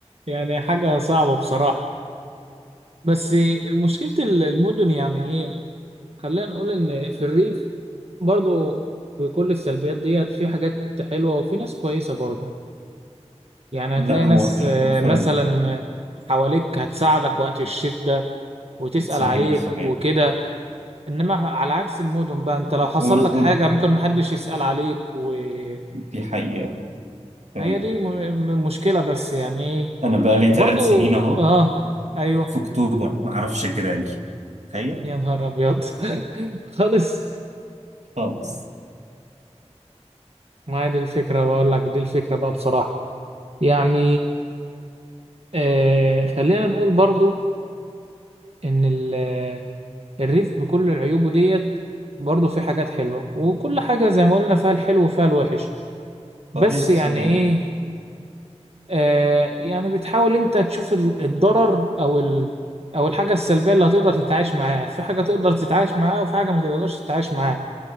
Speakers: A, on the right (about 60°); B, on the right (about 80°).
A: يعني حاجه صعبه بصراحه بس مشكله المدن يعني ايه خلينا نقول ان في الريف برضو في كل السلبيات ديت في حاجات حلوه وفي ناس كويسه برضو يعني
B: لا
A: هتلاقي
B: هو
A: ناس
B: يعني
A: آه،
B: فعلا
A: مثلا حواليك هتساعدك وقت الشده وتسأل
B: صحيح
A: عليك
B: صحيح
A: وكده انما على عكس المدن بقى انت لو حصل
B: ون...
A: لك
B: ون...
A: حاجة ممكن محدش يسأل عليك وفاهم
B: دي حقيقة فعلا
A: هي دي م- م- مشكلة بس يعني ايه
B: انا بقالي
A: وبرضو
B: ثلاث سنين اهو
A: اه ايوه
B: في اكتوبر معرفش جيراني تخيل
A: يا نهار ابيض <laughs> خالص
B: خالص
A: ما هي دي الفكرة بقول لك دي الفكرة بقى بصراحة يعني آه خلينا نقول برضو ان ال- آه، الريف بكل عيوبه ديت برضو في حاجات حلوة وكل حاجة زي ما قلنا فيها الحلو وفيها الوحش بس
B: صحيح
A: يعني
B: صحيح
A: ايه آه، يعني بتحاول انت تشوف ال- الضرر او ال... او الحاجه السلبيه اللي هتقدر تتعايش معاها في حاجه تقدر تتعايش معاها وفي حاجه ما تقدرش تتعايش معاها